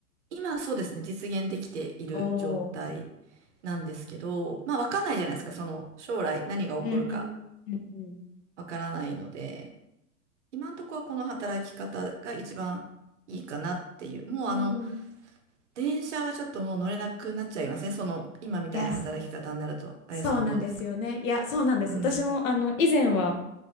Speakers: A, on the right (about 50°); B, on the left (about 60°).
A: 今そうですね、実現できている状態
B: おー
A: なんですけど、まあ、わかんないじゃないですか、その、将来何が起こるか
B: うんうんうん
A: わからないので、今のところはこの働き方が一番いいかなっていう。もうあの、
B: うん、うん
A: 電車はちょっともう乗れなくなっちゃいますね、その、今みたいな働き方になると。
B: いや、そ
A: あやさんどうですか
B: そうなんですよね。いや、そうなんです。
A: うん。
B: 私もあの以前は